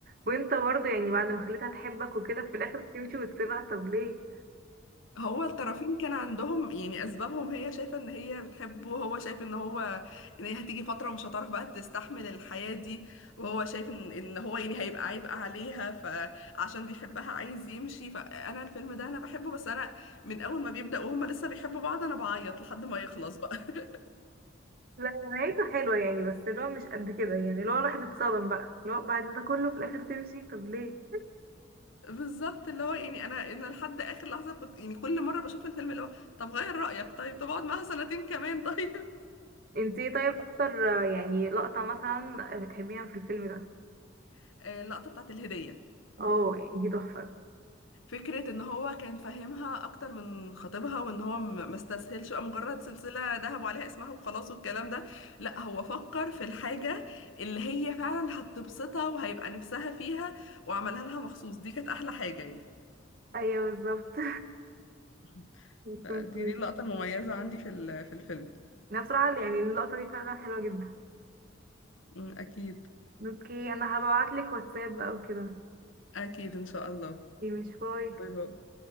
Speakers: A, on the right (about 45°); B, on the left (about 85°).
A: وانت برضه يعني بعد ما خليتها تحبك وكده في الاخر تمشي وتسيبها طب ليه
B: هو الطرفين كان عندهم يعني اسبابهم هي شايفه ان هي بتحبه وهو شايف ان هو ان هي هتيجي فتره ومش هتعرف بقى تستحمل الحياه دي وهو شايف ان ان هو يعني هيبقى عبء عليها فعشان بيحبها عايز يمشي فانا الفيلم ده انا بحبه بس انا من اول ما بيبدا وهما لسه بيحبوا بعض انا بعيط لحد ما يخلص بقى <laughs>
A: لا نهايته حلوه يعني بس اللي هو مش قد كده يعني اللي هو الواحد اتصدم بقى اللي هو بعد ده كله في الاخر تمشي طب ليه
B: بالظبط اللي هو يعني انا انا لحد اخر لحظه كنت يعني كل مره بشوف الفيلم اللي هو طب غير رايك طيب طب اقعد معاها سنتين كمان طيب
A: انت ايه طيب اكتر آه، يعني لقطه مثلا بتحبيها في الفيلم ده
B: <laughs> آه، اللقطه بتاعت الهديه
A: اه يعني دي تحفه
B: فكرة ان هو كان فاهمها اكتر من خطيبها وان هو م- ما استسهلش بقى مجرد سلسلة ذهب عليها اسمها وخلاص والكلام ده لا هو فكر في الحاجة اللي هي فعلا هتبسطها وهيبقى نفسها فيها وعملها لها مخصوص دي كانت احلى حاجة يعني
A: ايوه بالظبط <laughs>
B: <laughs>
A: بتكون
B: فدي
A: كويس.
B: دي اللقطة المميزة عندي في ال- في الفيلم
A: انا بصراحه يعني اللقطه دي فعلا حلوه جدا
B: أمم، اكيد
A: اوكي انا هبعتلك واتساب او كده
B: اكيد ان شاء الله
A: دي مش باي
B: باي باي